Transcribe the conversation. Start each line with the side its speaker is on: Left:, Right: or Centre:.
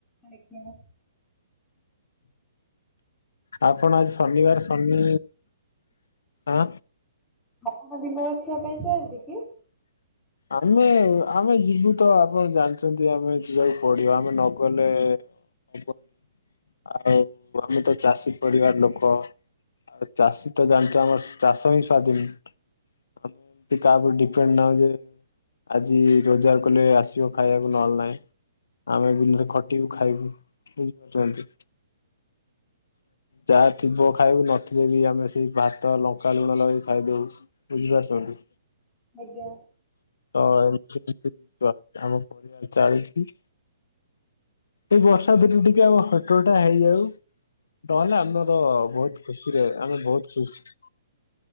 Centre: ଆଜ୍ଞା।
Left: ଆପଣ ଆଜି ଶନିବାର ଶନି ଆଁ
Centre: ଆପଣ ବିଲ ବାଛିବା ପାଇଁ ଯାଆନ୍ତି କି?
Left: ଆମେ ଆମେ ଯିବୁ ତ ଆପଣ ଜାଣିଛନ୍ତି ଆମେ ଯିବାକୁ ପଡିବ ଆମେ ନଗଲେ ହବ ଆଉ ଆମେ ତ ଚାଷୀ ପରିବାର ଲୋକ ଚାଷୀ ତ ଜାଣିଛ ଆମର ଚାଷ ହିଁ ସ୍ଵାଧୀନି ହମ କାହା ଉପରେ ଡିପେଣ୍ଡ ନାହୁଁ ଯେ ଆଜି ରୋଜଗାର କଲେ ଆସିବ ଖାଇଆକୁ ନହେଲେ ନାଇଁ ଆମେ ବିଲରେ ଖଟିବୁ ଖାଇବୁ। ବୁଝିପାରୁଛନ୍ତି? ଯାହା ଥିବ ଖାଇବୁ ନଥିଲେ ବି ଆମେ ସେଇ ଭାତ, ଲଙ୍କା ଲୁଣ ଲଗେଇ ଖାଇଦଉ। ବୁଝିପାରୁସନ୍ତି?
Centre: ଆଜ୍ଞା।
Left: ତ ଅମିତ୍ <unintelligible> ଆମ ପରିବାରର ଚାଲୁଛି। ଏଇ ବର୍ଷା ଦିନେ ଟିକେ ଆମ ହଟଟା ହେଇଯାଉ। ନହେଲେ ଆମର ବହୁତ ଖୁସିରେ ଆମେ ବହୁତ ଖୁସି